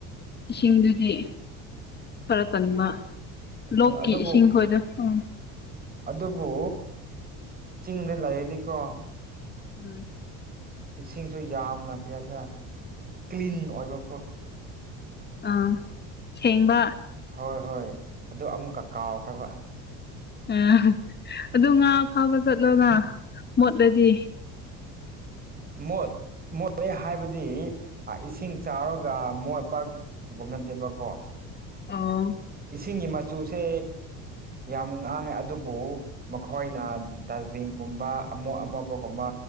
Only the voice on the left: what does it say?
ꯏꯁꯤꯡꯗꯨꯗꯤ ꯈꯔ ꯇꯟꯕ
ꯂꯣꯛꯀꯤ
ꯏꯁꯤꯡ ꯈꯣꯏꯗꯨ ꯎꯝ
ꯎꯝ
ꯑꯥ ꯁꯦꯡꯕ
ꯑ ꯑꯗꯨ ꯉꯥ ꯐꯥꯕ ꯆꯠꯂꯣꯅ ꯃꯣꯠꯂꯗꯤ
ꯑꯣ